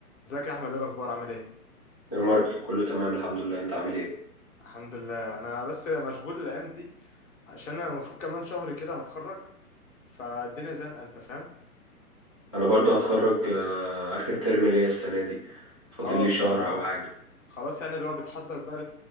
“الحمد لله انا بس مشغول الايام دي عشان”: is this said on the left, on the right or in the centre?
Left